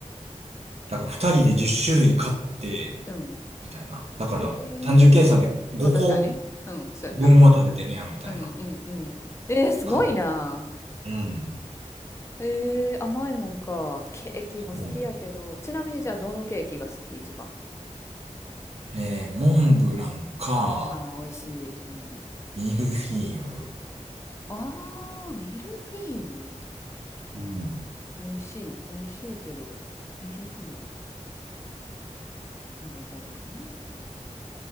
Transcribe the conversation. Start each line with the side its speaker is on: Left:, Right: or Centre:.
Right: だから二人で10種類買って、
Left: うん。
Right: みたいな。だから、
Left: ええ
Right: 単純計算で5
Left: まあ確かに。うん、そうやな。
Right: 個分は食べてるやん、みたいな
Left: うんうんうん。えー、すごいな。
Right: 感じ。うん。
Left: えー、甘いもんか。ケーキも好きやけど。
Right: そうやね
Left: ちなみにじゃあ、どのケーキが好き一番。
Right: えー、モンブランか、
Left: ああ、美味しい。うん
Right: ミルフィーユ。
Left: ああ、ミルフィーユ。
Right: うん。
Left: 美味しい、美味しいけど、ミルフィーユな。なるほどね。